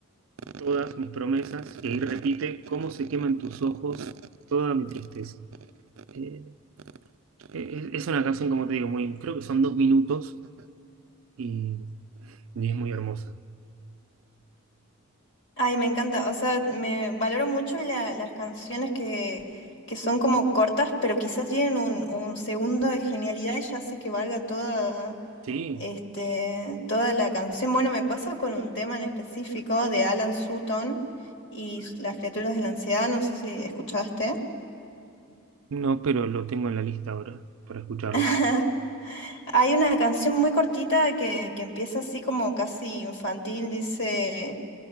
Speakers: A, on the right; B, on the left.
A: todas mis promesas, y ahí repite, cómo se queman tus ojos toda mi tristeza. Eh, es, es una canción, como te digo, muy, creo que son dos minutos y, y es muy hermosa.
B: Ay, me encanta. O sea, me valoro mucho la- las canciones que, que son como cortas, pero quizás tienen un, un segundo de genialidad y ya hace que valga toda.
A: Sí,
B: Este, toda la canción, bueno, me pasa con un tema en específico de Alan Sutton y las criaturas de la ansiedad, no sé si escuchaste.
A: no, pero lo tengo en la lista ahora para escucharlo.
B: <laughs> Hay una canción muy cortita que, que empieza así como casi infantil, dice,